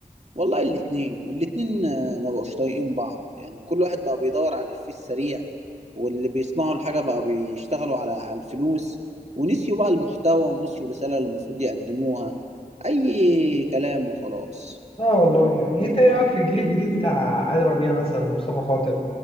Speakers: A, on the right; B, on the left.
A: والله الاتنين الاتنين آه، ما بقوش طايقين بعض يعني كل واحد بقى بيدور على الإفيه السريع واللي بيصنعوا الحاجه بقى بيشتغلوا على على الفلوس ونسيوا بقى المحتوى ونسيوا الرساله اللي المفروض يقدموها اي كلام وخلاص
B: اه والله يعني انت ايه رايك في الجيل الجديد بتاع علي ربيع مثلا ومصطفى خاطر